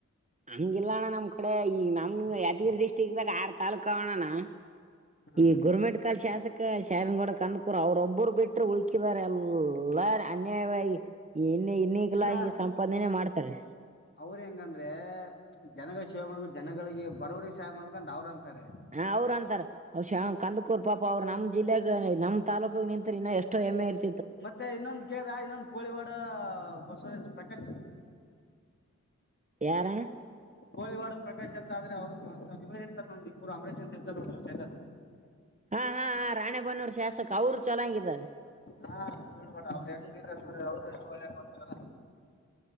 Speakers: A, on the right; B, on the left.
A: ಹಂಗಿಲ್ಲ ಅಣ್ಣ ನಮ್ ಕಡೆ ಈಗ ನಮ್ ಯಾದಗಿರಿ ಡಿಸ್ಟ್ರಿಕ್ದಾಗ ಆರ್ ತಾಾಲೂಕ್ ಕಣಣ
B: ಹಾ
A: ಈ ಗುರುಮೆಟ್ಕಲ್ ಶಾಸ್ ಶಾರಗಡ ಕಂದಕೂರು ಅವ್ರೊಬ್ಬರು ಬಿಟ್ಟ್ರ ಉಳಕಿದಿದ್ದಾರೆ ಎಲ್ಲ ಅನ್ಯವಾಗಿ ಏ ಇನ್ನೆ ಇನ್ನ ಕಲಾ
B: ಇಲ್ಲ
A: ಸಂಪಾದನೆ ಮಾಡ್ತಾರೆ
B: ಅವ್ರ ಹೆಂಗಂದ್ರೆ ಜನಗಳ ಸೇವೆ ಮಾಡ್ಬೇಕ ಜನಗಳಿಗೆ ಬರವ್ರಿಗೆ ಸೇವೆ ಮಾಡ್ಬೇಕು ಅಂದ ಅವ್ರ ಅಂತಾರೆ
A: ಹಾ ಅವ್ರ ಅಂತಾರ ಅವ ಶ ಕಂದಕೂರ್ ಪಾಪ ಅವ್ರ ನಮ್ಮ ಜಿಲ್ಲೆಗ ನಮ್ಮ ತಾಲೂಕ ನಿಂತ ಇನ್ನ ಎಷ್ಟೋ ಹೆಮ್ಮೆ ಇರ್ತ
B: ಮತ್ತೆ ಇನ್ನೊಂದು ಕೇಳ್ದ ಇನ್ನೊಂದ ಕೋಳಿವಾಡ ಬಸವರಾಜ್ ಪ್ರಕಾಶ್
A: ಯಾರಣ
B: ಕೋಳಿವಾಡು ಪ್ರಕಾಶ್ ಅಂತ ಆದ್ರೆ ಅವ್ರು ಇವರು ಇರ್ತಾರೆ ನೋಡಿ ಇರು ಅಂಬರೀಶ್ ಅಂದ ಇರ್ತಾರೆ ನೋಡರು ಸ್ಟೇಟಸ್.
A: ಹಾ ಹಾ ಹ ರಾಣೆ ಬನ್ನೂರು ಶಾಸಕ ಅವರು ಚನ್ನಂಗಿದ್ದಾರೆ.
B: ಹಾ ಕೋಳ್ಬಡ ಅವ್ರು ಹೆಂಗಿರ ಅವ್ರರು ಎಷ್ಟು ಒಳ್ಳೆ ಕೊಡ್ತಾರಲ್ಲಾ. <unintelligible>